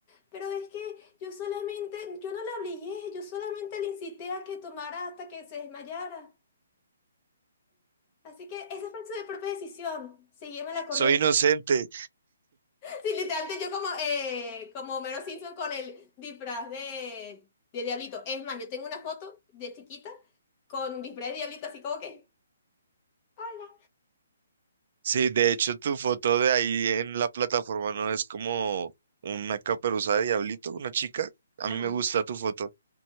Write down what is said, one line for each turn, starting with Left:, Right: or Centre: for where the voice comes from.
Left: pero es que yo solamente, yo no la obligué, yo solamente le incité a que tomara hasta que se desmayara. Así que esa fue su propia decisión, sígueme la corriente.
Right: Soy inocente.
Left: <laughs> Sí, literalmente yo como, eh, como Homero Simpson con el disfraz de, de Diablito. Es más, yo tengo una foto de chiquita con disfraz de Diablito, así como que, hola.
Right: Sí, de hecho, tu foto de ahí en la plataforma no es como una caperuza de diablito, una chica. A
Left: Ajá,
Right: mí me gusta tu foto.